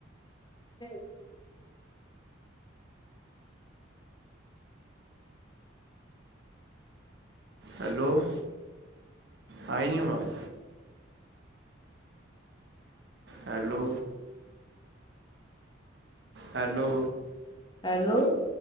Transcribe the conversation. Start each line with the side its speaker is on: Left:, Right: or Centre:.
Left: ਠੀ <unintelligible>
Right: ਹੈਲੋ, ਆਨੀ ਆਵਾਜ਼। ਹੈਲੋ, ਹੈਲੋ,
Left: ਹੈਲੋ,